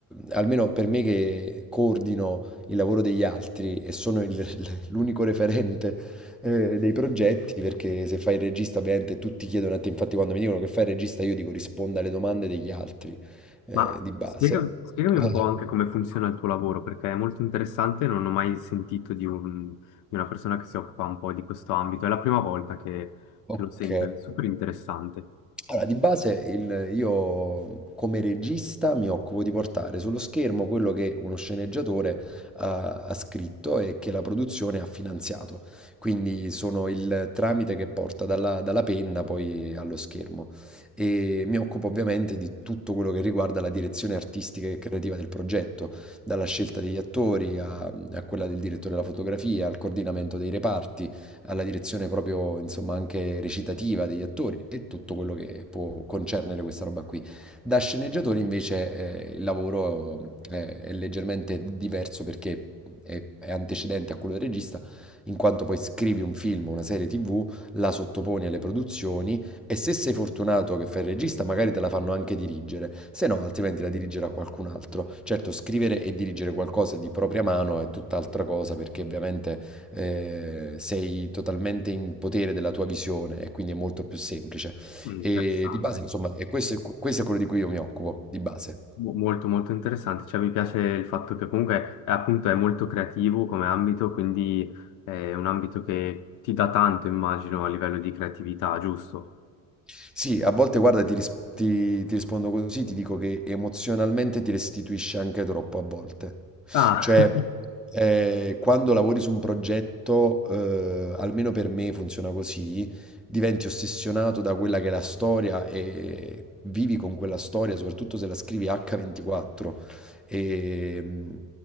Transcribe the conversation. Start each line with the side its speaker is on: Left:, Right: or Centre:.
Centre: almeno per me che coordino il lavoro degli altri e sono il- <laughs> l'unico referente eh, dei progetti, perché se fai il regista ovviamente tutti chiedono a te, infatti quando mi dicono che fai il regista io dico risponda alle domande degli altri eh,
Left: Ma
Centre: di base.
Left: spiega- spiegami
Centre: <laughs>
Left: un po' anche come funziona il tuo lavoro, perché è molto interessante, non ho mai sentito di, un- di una persona che si occupa un po' di questo ambito, è la prima volta che,
Centre: Ok,
Left: che lo sento, è super interessante.
Centre: Allora, di base il- io come regista mi occupo di portare sullo schermo quello che uno sceneggiatore ha, ha scritto e che la produzione ha finanziato. Quindi sono il tramite che porta dalla, dalla penna poi allo schermo. E mi occupo ovviamente di tutto quello che riguarda la direzione artistica e creativa del progetto, dalla scelta degli attori a, a quella del direttore della fotografia, al coordinamento dei reparti alla direzione proprio, insomma, anche recitativa degli attori e tutto quello che può concernere questa roba qui. Da sceneggiatori invece eh, il lavoro eh, è leggermente diverso perché è, è antecedente a quello del regista, in quanto poi scrivi un film, una serie TV, la sottoponi alle produzioni e se sei fortunato che fai il regista, magari te la fanno anche dirigere, se no altrimenti la dirigerà qualcun altro. Certo, scrivere e dirigere qualcosa di propria mano è tutt'altra cosa perché ovviamente eh, sei totalmente in potere della tua visione e quindi è molto più semplice.
Left: Mm,
Centre: E
Left: Interessante.
Centre: di base, insomma, e questo è, questo è quello di cui io mi occupo, di base.
Left: Mo- Molto molto interessante, cioè mi piace il fatto che comunque eh, appunto è molto creativo come ambito, quindi è un ambito che ti dà tanto, immagino, a livello di creatività, giusto?
Centre: Sì, a volte guarda, ti, ris- ti- ti rispondo così, ti dico che emozionalmente ti restituisce anche troppo a volte.
Left: Ah,
Centre: Cioè,
Left: <laughs>
Centre: eh, quando lavori su un progetto, eh, almeno per me funziona così, diventi ossessionato da quella che è la storia e vivi con quella storia, soprattutto se la scrivi H24. E mm,